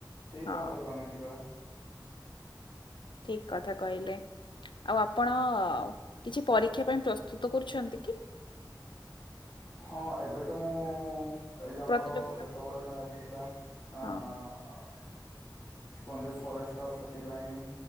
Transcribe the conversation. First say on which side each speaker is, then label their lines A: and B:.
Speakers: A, on the left (about 55°); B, on the left (about 85°).
A: ସେଇ
B: ହଁ
A: ପାହାଡକୁ ଆମେ ଯିବା।
B: ଠିକ କଥା କହିଲେ ଆଉ ଆପଣ ହଉ କିଛି ପରୀକ୍ଷା ପାଇଁ ପ୍ରସ୍ତୁତ କରୁଛନ୍ତି କି?
A: ହଁ ଏବେ ତ ମୁଁ ଏଇ ଯେଉଁ ଆମର
B: ପ୍ରତିଯୋଗିତା
A: ଯେତେବେଳେ
B: ପାଇଁ?
A: ବାହାରିଥିଲା ଆଁ
B: ହଁ ହଁ
A: କୁହନ୍ତି ଫରେଷ୍ଟର ସେଥିପାଇଁ ବି